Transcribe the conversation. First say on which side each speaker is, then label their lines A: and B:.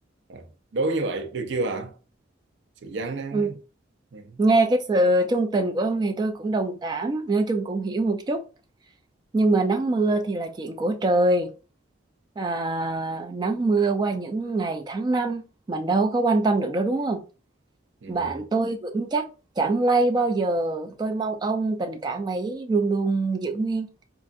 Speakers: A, on the right (about 70°); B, on the right (about 20°).
A: Ờ, đối như vậy được chưa ạ sự gian nan
B: Ừ,
A: á. ừ.
B: Nghe cái sự trung tình của ông thì tôi cũng đồng cảm, nói chung cũng hiểu một chút. nhưng mà nắng mưa thì là chuyện của trời à, nắng mưa qua những ngày tháng năm mình đâu có quan tâm được đâu đúng không
A: Ừ.
B: bạn tôi vững chắc chẳng lay bao giờ tôi mong ông tình cảm ấy luôn luôn giữ nguyên